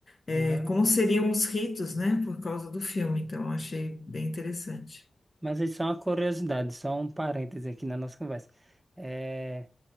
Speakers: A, on the left; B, on the right.
A: é,
B: Aham.
A: como seriam os ritos, né? Por causa do filme. Então, eu achei bem interessante.
B: Mas aí só uma curiosidade, só um parêntese aqui na nossa conversa. É,